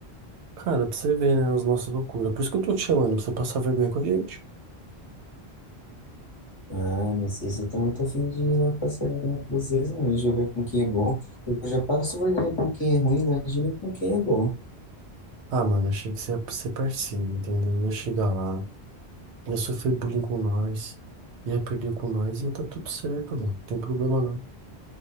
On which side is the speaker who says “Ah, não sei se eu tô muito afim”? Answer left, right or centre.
Left